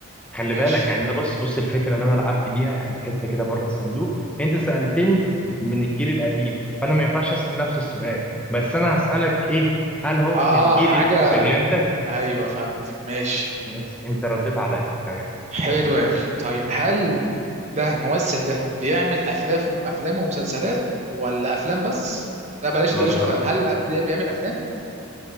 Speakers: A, in the centre; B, on the right.
A: خلي
B: ماشي
A: بالك يعني أنا بص بص الفكره اللي انا لعبت بيها يعني حته كده بره الصندوق انت سالتني من الجيل القديم فانا ما ينفعش اسال نفس السؤال بس انا هسالك ايه هل هو
B: اه
A: من الجيل
B: اه حاجه
A: ال- فهمتك
B: ايوه فهمت ماشي
A: ماشي انت رديت عليا تمام
B: حلو أوي طيب هل ده ممثل ده بيعمل أفلام أفلام ومسلسلات ولا أفلام بس؟ لا بلاش
A: برضه
B: تقولش خير هل الأب ده بيعمل أفلام؟